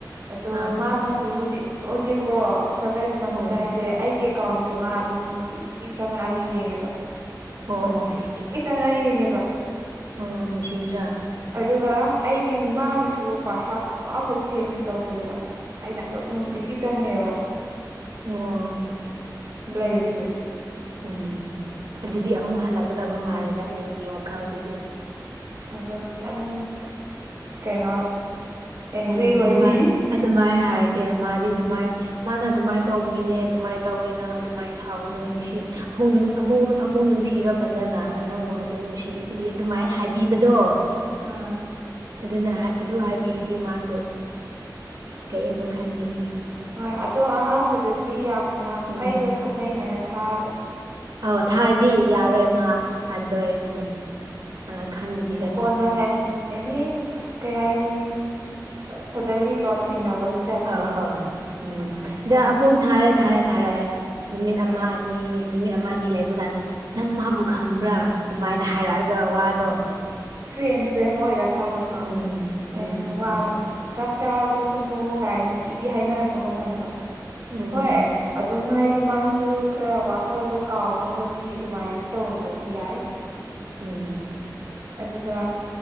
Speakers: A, on the right; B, on the right.
A: ꯑꯗꯣ
B: ꯑꯥ
A: ꯃꯥꯅꯁꯨ ꯍꯧꯖꯤꯛ ꯍꯧꯖꯤꯛꯀꯣ ꯁꯚꯦꯟ ꯃꯟꯁ
B: ꯎꯝ
A: ꯍꯥꯏꯁꯦ ꯑꯩꯒꯤ ꯑꯦꯀꯥꯎꯟꯁꯦ ꯃꯥ ꯑꯗꯨꯝ ꯅꯨꯡꯇꯤꯒꯤ ꯆꯪꯉꯛꯑꯒ ꯌꯦꯡꯉꯦꯕ
B: ꯑꯣ
A: ꯅꯨꯡꯇꯤꯒꯤ
B: ꯑꯣ
A: ꯆꯪꯉꯥ ꯌꯦꯡꯉꯦꯕ
B: ꯑꯣ ꯅꯤꯁꯤꯗ꯭ꯔꯥ
A: ꯑꯗꯨꯒ ꯑꯩꯒꯤ ꯃꯥꯒꯤꯁꯨ ꯄꯥꯁꯋꯥꯗ ꯑꯃꯐꯥꯎ ꯆꯦꯟꯖ ꯇꯧꯗꯦꯕ ꯑꯩꯅ ꯑꯗꯨꯣꯝ ꯅꯨꯡꯇꯤꯒꯤ ꯆꯪꯉꯦꯕ
B: ꯎ
A: ꯂꯩꯔꯤꯁꯦ
B: ꯎꯝ ꯑꯗꯨꯗꯤ ꯑꯃꯨꯛ ꯍꯜꯂꯛꯀꯗꯕ ꯃꯥꯜꯂꯦꯗ ꯑꯩꯒꯤ ꯋꯥꯈꯜꯗꯗꯤ
A: ꯑ ꯈꯤꯇꯪ ꯀꯩꯅꯣ ꯑꯦꯡꯒ꯭ꯔꯤ
B: ꯎꯝ
A: ꯑꯣꯏꯔꯤ
B: ꯑꯗꯨꯃꯥꯏ ꯑꯗꯨꯃꯥꯏ ꯍꯥꯏꯁꯦ ꯃꯥꯗꯤ ꯑꯗꯨꯃꯥꯏꯅ ꯃꯥꯅ ꯑꯗꯨꯃꯥꯏꯅ ꯇꯧꯕꯒꯤꯅꯦ ꯑꯗꯨꯃꯥꯏꯅ ꯇꯧꯋꯦ ꯅꯪ ꯑꯗꯨꯃꯥꯏꯅ ꯁꯥꯎꯒꯅꯨ ꯅꯨꯡꯁꯤ ꯑꯃꯨꯛ ꯑꯃꯨꯛ ꯑꯃꯨꯛ ꯅꯨꯡꯁꯤꯔꯣ ꯐꯖꯅ ꯅꯪꯕꯨ ꯑꯗꯨꯝ ꯅꯨꯡꯁꯤꯔꯤꯁꯤꯗꯤ ꯑꯗꯨꯃꯥꯏꯅ ꯍꯥꯏꯕꯤꯕꯗꯣ
A: ꯑꯥ
B: ꯑꯗꯨꯅ ꯑꯗꯨ ꯍꯥꯏꯕꯤꯔꯗꯤ ꯃꯥꯁꯨ ꯀꯩ ꯑꯃꯨꯛ ꯈꯟꯒꯅꯤ
A: ꯍꯣꯏ ꯑꯗꯣ ꯑꯍꯥꯟꯕꯗꯗꯤ ꯌꯥꯝꯅ
B: ꯎꯝ
A: ꯑꯩꯒ ꯈꯪꯅꯩ ꯍꯥꯏꯅ ꯊꯥꯕ
B: ꯑꯣ ꯊꯥꯔꯗꯤ ꯌꯥꯔꯣꯏ ꯃꯥ ꯑꯜꯂꯣꯏ
A: ꯑꯥ
B: ꯎꯝ ꯑ ꯈꯪꯗꯕꯤ
A: ꯀꯣꯟꯅ ꯍꯥꯏ ꯑꯦꯅꯤ ꯀꯩ ꯍꯥꯏꯅꯤ ꯁꯗꯂꯤ ꯀꯣ ꯊꯦꯡꯅꯕꯒꯤ ꯇꯥꯏꯞꯇꯀꯣ
B: ꯑ ꯑꯣ ꯎꯝ
A: ꯑꯗꯨꯃꯥꯏꯅ ꯁꯥ
B: ꯑ ꯊꯥꯔꯦ ꯊꯥꯔꯦ ꯊꯥꯔꯦ ꯅꯨꯃꯤꯠ
A: ꯍꯣꯏ
B: ꯑꯃ ꯑꯅꯤ ꯅꯨꯃꯤꯠ ꯑꯃ ꯑꯅꯤ ꯂꯩꯕ ꯀꯥꯟꯗ ꯅꯪ ꯃꯥꯕꯨ ꯈꯪꯕ꯭ꯔꯥ ꯑꯗꯨꯃꯥꯏꯅ ꯍꯥꯏꯔꯛꯑꯒ ꯋꯥꯗꯣ
A: ꯇ꯭ꯔꯦꯟ ꯇ꯭ꯔꯦꯡ ꯑꯣꯏꯔꯛꯀꯥꯟꯗꯀꯣ
B: ꯎꯝ
A: ꯍꯥꯏꯗꯤ
B: ꯎꯝ ꯎꯝ
A: ꯋꯥ ꯑꯗꯨꯝ ꯆꯥꯛ ꯆꯥꯔꯕꯣ ꯇꯨꯝꯃꯕꯣ ꯀꯥꯏ ꯅꯨꯡꯇꯤꯒꯤ ꯍꯥꯏꯅꯔꯛꯄ ꯃꯇꯝꯗꯣ
B: ꯎꯝ
A: ꯍꯣꯏ ꯑꯗꯨꯝ ꯍꯥꯏꯗꯤ ꯃꯥꯁꯨ ꯈꯔ ꯋꯥꯈꯜꯗꯣ ꯀꯥꯎꯅꯕꯗꯤ ꯑꯗꯨꯃꯥꯏꯅꯗꯤ ꯇꯧꯔꯝꯕꯗꯤ ꯌꯥꯏ
B: ꯎꯝ
A: ꯑꯗꯨꯒ